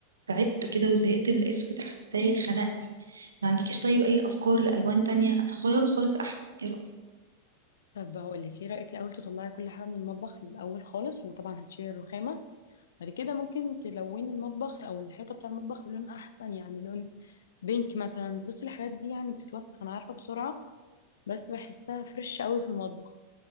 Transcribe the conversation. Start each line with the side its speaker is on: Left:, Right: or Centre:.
Right: تعبت كده وزهقت من الاسود حاساه خنقني ما عندكيش طيب اي افكار لالوان تانية انا هغيره خالص احسن ايه رأيك
Left: طب هقول لك ايه رأيك الأول تطلعي كل حاجة من المطبخ الأول خالص وطبعا هتشيلي الرخامة بعد كده ممكن تلوني المطبخ أو الحيطة بتاع المطبخ بلون أحسن يعني لون بينك مثلا بصي الحاجات دي يعني بتتوسخ أنا عارفة بسرعة بس بحسها فريش قوي في المطبخ